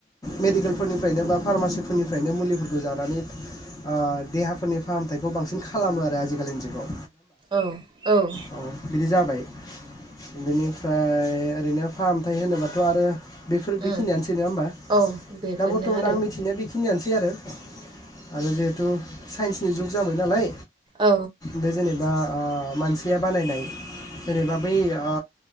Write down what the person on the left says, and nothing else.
मेडिकेलफोरनिफ्रायनो बा फार्मासिफोरनिफ्रायनो मुलिफोरखौ जानानै। ओ देहाफोरनि फाहामथायाइखौ बांसिन खालामो। आरो आजिखालि जुगाव।
अ बिदि जाबाय। बेनिफ्राय ओरैनो फाहामथाय होनोबाथ' आरो बेफोर बेखिनियानोसै
नङा होमबा?
दा बर्थ'मान
आं मिथिनाया बेखिनियानोसै आरो। आरो जिहेथु साइन्सनि जुग जाबाय नालाय?
बे जनो बा ओ मानसिया बानायनाय जेनेबा बै ओ